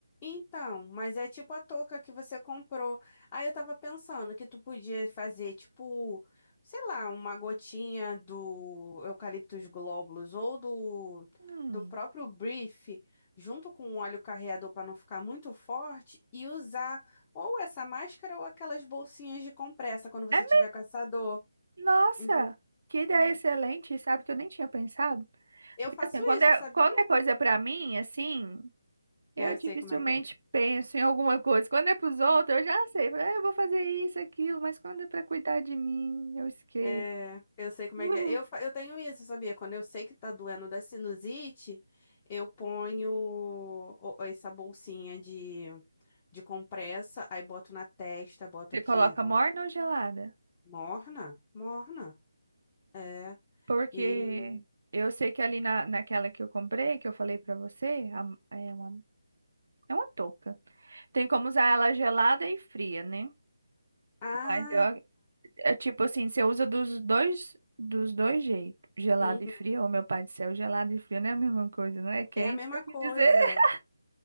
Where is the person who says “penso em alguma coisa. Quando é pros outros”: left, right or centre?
Right